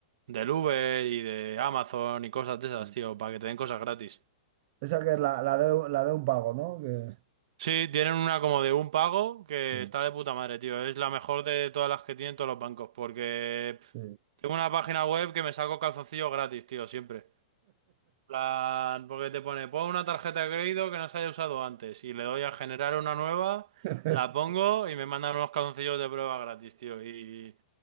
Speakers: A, on the right; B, on the right.
A: del Uber y de Amazon y cosas de esas,
B: sí.
A: tío, para que te den cosas gratis.
B: Esa que es la, la de, la de un pago, ¿no? Que-
A: Sí, tienen una como de un pago que
B: Sí,
A: está de puta madre, tío. Es la mejor de todas las que tienen todos los bancos, porque pff,
B: sí.
A: tengo una página web que me saco calzoncillos gratis, tío, siempre. plan, porque te pone, pon una tarjeta de crédito que no se haya usado antes y le doy a generar una nueva,
B: <laughs>
A: la pongo y me mandan unos calzoncillos de prueba gratis, tío. Y